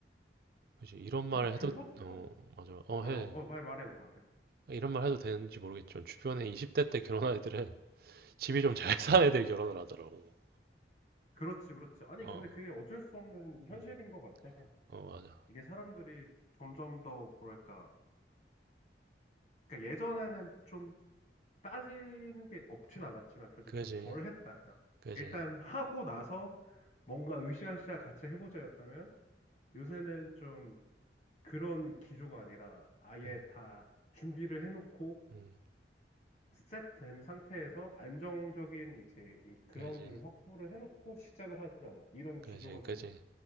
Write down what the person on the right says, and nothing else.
그지 이런 말
해도 어 맞아 어해
이런 말 해도 되는지 모르겠지만 주변에 20대 때 결혼한 애들은 집이 좀 잘 사는 애들이 결혼을 하더라고.
어,
음,
어 맞아.
그지,
그지,
음,
음,
그지,
그지,
그지.